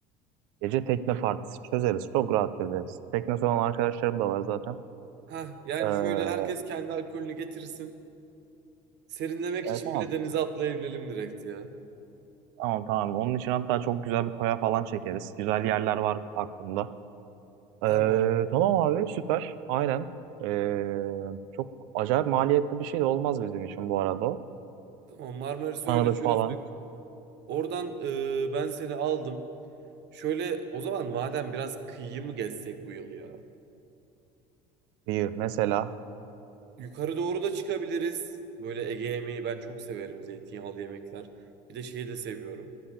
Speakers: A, on the right (about 75°); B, on the right (about 60°).
A: Gece tekne partisi çözeriz. Çok rahat çözeriz. Tekne olan arkadaşlarım da var zaten.
B: Ha yani
A: Ee,
B: şöyle herkes kendi alkolünü getirsin. Serinlemek
A: e,
B: için
A: tamam.
B: bile denize atlayabilelim direkt ya.
A: Tamam tamam. Onun için hatta çok güzel bir koya falan çekeriz. Güzel yerler var aklımda. Ee,
B: Tamam.
A: tamam abi süper. Aynen. Ee, çok acayip maliyetli bir şey de olmaz bizim için bu arada. o.
B: Tamam Marmaris'i
A: Tanıdık
B: öyle çözdük.
A: falan.
B: Oradan e, ben seni aldım. Şöyle o zaman madem biraz kıyı mı gezsek bu yıl ya?
A: İyi mesela.
B: Yukarı doğru da çıkabiliriz. Böyle Ege yemeği ben çok severim. Zeytinyağlı yemekler. Bir de şeyi de seviyorum.